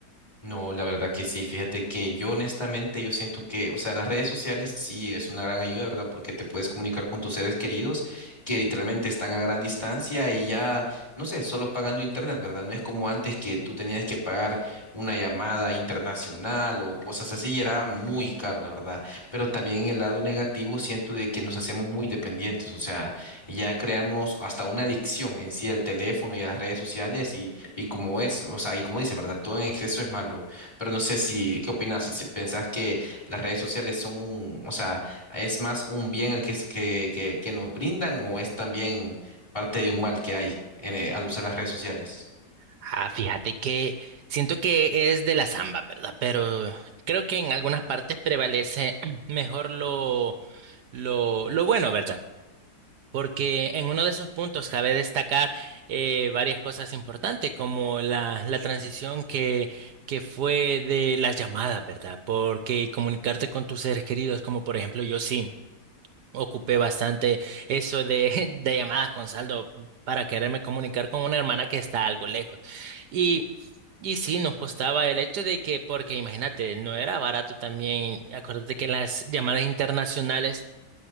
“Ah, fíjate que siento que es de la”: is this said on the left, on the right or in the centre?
Right